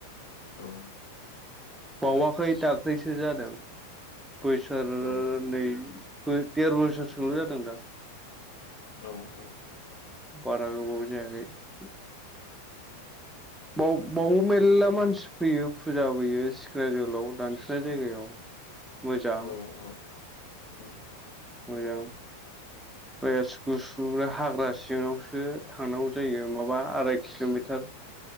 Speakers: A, on the left; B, in the centre.
A: औ
B: बावाखै दाख्लैसो जादों। बोसोरनै
A: औ
B: देर बोसोर सोंल जादों दां
A: औ औ
B: बारा गोबाव जायाखै। बाव-बावबो मेल्ला मानसि फैयो फुजा होफैयो सिखोना जोहोलाव दानसुनाय जायगायाव मोजां
A: औ औ औ
B: मोजां <unintelligible> हाग्रा सिङावसो थांनांगौ जायो माबा आराय किलमिटार